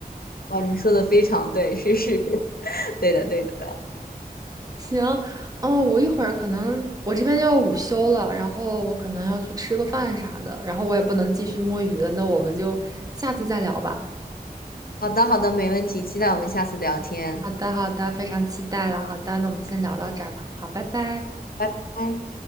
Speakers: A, on the left; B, on the right.
A: 哇，你说的非常对，是是是，<laughs> 对的对的。
B: 行，哦，我一会儿可能我这边要午休了，然后我可能要去吃个饭啥的，然后我也不能继续摸鱼了，那我们就下次再聊吧。
A: 好的好的，没问题，期待我们下次聊天，
B: 好的，好的，非常期待了。好的，那我们先聊到这儿吧。好，拜拜。
A: 拜拜。